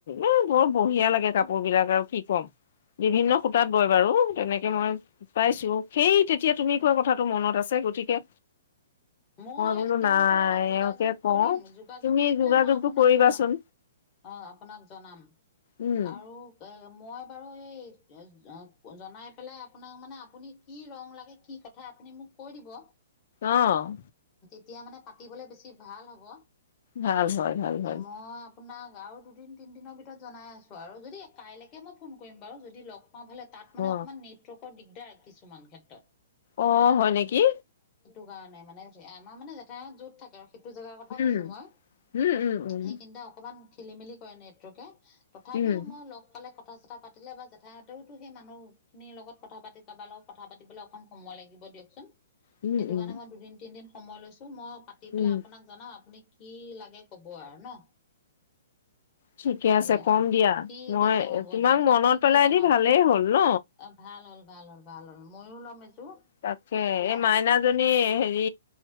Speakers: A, on the left; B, on the left.
A: এই বৰ বঢ়িয়া লাগে কাপোৰ বিলাক আৰু কি ক'ম বিভিন্ন সুতাত বয় বাৰু। তেনেকে মই পাইছো সেই তেতিয়া তুমি কোৱা কথাটো মনত আছে, গতিকে
B: মই
A: বোলো
B: তেওঁলোকৰ
A: নাই
B: লগত যোগাযোগ
A: এওঁকে কওঁ
B: কৰিম যোগাযোগ
A: তুমি
B: কৰি
A: যোগাযোগটো
B: পেলাই মই আপোনাক
A: কৰিবাচোন
B: জনাম অ আপোনাক জনাম।
A: উম
B: আৰু এই মই বাৰু এই জনাই পেলাই আপোনাক মানে আপুনি কি ৰং লাগে কি কথা আপুনি মোক কৈ দিব।
A: আহ।
B: তেতিয়া মানে পাতিবলে বেছি ভাল হ'ব।
A: ভাল হয় ভাল ভাল।
B: মই আপোনাক আৰু দুদিন তিনিদিনৰ ভিতৰত জনাই আছোঁ আৰু যদি কাইলৈকে মই ফোন কৰিম বাৰু। যদি লগ পাবলে তাত মান
A: অ
B: অকমান নেটৱৰ্কৰ দিগ দাৰ কিছুমান ক্ষেত্ৰত।
A: অ হয় নেকি।
B: নাই নাই মানে আমাৰ মানে জেঠাইহত য'ত থাকে আও সেইটো জেগাৰ কথা
A: উম
B: কৈছো মই
A: উম, উম,
B: সেইখিনতে অকমান খেলি মেলি কৰে নেটৱৰ্কে তথাপিও
A: উম, উম,
B: মই লগ পালে কথা কথা পাতিলে বা জেঠাইহতৰো টো সেই মানুহখিনিৰ লগত কথা পাতি কাৰোবাৰ লগত কথা পাতিবলে অকণ সময় লাগিব দিয়কচোন।
A: উম,
B: সেই কাৰণে
A: উম,
B: মই দুদিন তিদিন সময় লৈছো। মই পাতি পেলাই
A: উম।
B: আপোনাক জনাওঁ আপুনি কি লাগে কব আৰু ন।
A: ঠিকে
B: সেয়া
A: আছে কম দিয়া
B: ঠিক
A: মই
B: আছে হ'ব
A: তোমাক
B: দিয়ক
A: মনত
B: আপুনি খালি
A: পেলাই
B: জনাব
A: দি ভালেই হ'ল ন।
B: অ ভাল হ'ল ভাল হ'ল ভাল হ'ল ময়ো ল'ম এযোৰ
A: তাকে
B: তেতিয়া
A: এই মাইনা জনি হেৰি